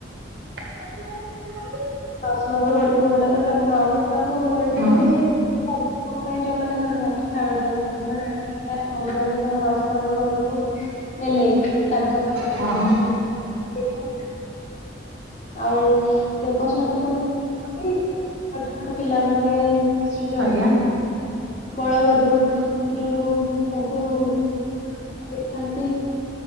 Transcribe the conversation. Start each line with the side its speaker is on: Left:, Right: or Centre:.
Right: <unintelligible>
Left: ମାଉସୀ ମାଙ୍କ ଘରକୁ ଗଲା ପରେ ତାଙ୍କ ମାଉସୀ ମାଙ୍କ ଘର
Right: ହଁ
Left: ରେ ବି ସବୁ ପାଇଁ ଯୋଉମାନେ ଧର ରଥ ଟା ଆଣୁଛନ୍ତି ରଥ ଭଗବାନ ତାଙ୍କ ମାଉସୀ ମାଆଙ୍କ ଘରକୁ ନେଲେ ତାଙ୍କ ପାଇଁ ବି
Right: ହଁ
Left: ବଏ <unintelligible> ଆଉ ଦେବସ୍ନାନ ପୂର୍ଣ୍ଣିମା ଛୋଟ ଛୋଟ ପିଲାମାନେ ଶ୍ରୀ ଜଗନ୍ନାଥ
Right: ଆଜ୍ଞା
Left: ବଳଭଦ୍ରଙ୍କୁ ଭଦ୍ରଙ୍କୁ ତାଙ୍କୁ କହିଥାନ୍ତି